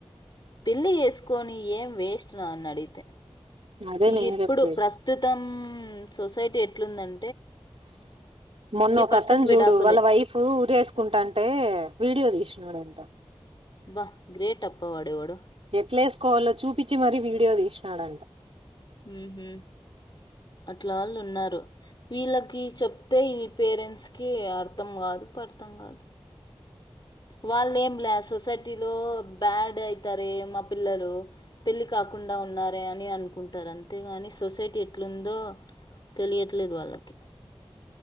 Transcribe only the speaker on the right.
అదే
నేను
చెప్పేది
మొన్న కథలు
చూడు
వాళ్ళ వైఫ్ వేసుకుంటా అంటే. వీడియో తీసినడంట.
ఎట్లేసుకోవాలో చూపిచి మరీ వీడియో తీసినాడంట.